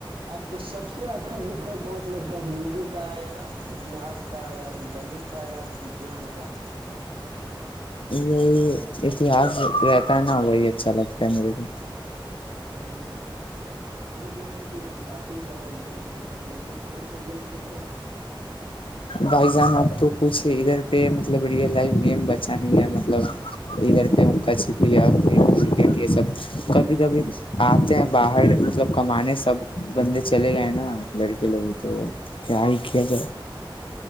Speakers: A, on the right; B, on the left.
A: آپ کو سب سے اچھا کون سا لگتا ہے زندگی کا یا اتہاس کا یا گنت کا یا آپ وجیان کا
B: یہی اتہس رہتا ہے نا وہی اچھا لگتا ہے میرے کو
A: چلیے ہم تو سن رہ ہیں کہ اب کاف کافی زیادہ گیم کھیلتے ہیں مطب کون سا گیم کھیلتے ہیں
B: بھائی جان اب تو کچھ ادھر پہ مطلب ریئل لائف گیم بچا نہیں ہے مطلب ادھر پہ اکا چھپ کرکٹ یہ سب کبھی کبھی آتے ہیں باہر مطلب کمانے سب بندے چلے گئے نا لڑکے لوگ تو کیا ہی کیا جائے